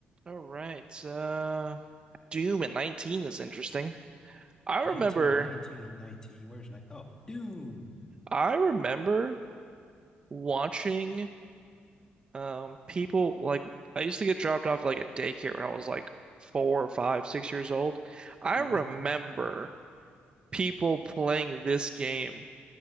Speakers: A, on the right (about 25°); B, on the left (about 15°).
A: All right. Uh, Doom at 19 is interesting. I remember
B: 19, 19, 19. Where's nine? Oh, Doom.
A: I remember watching um people like I used to get dropped off like at daycare when I was like four, five, six years old. I
B: hmm
A: remember people playing this game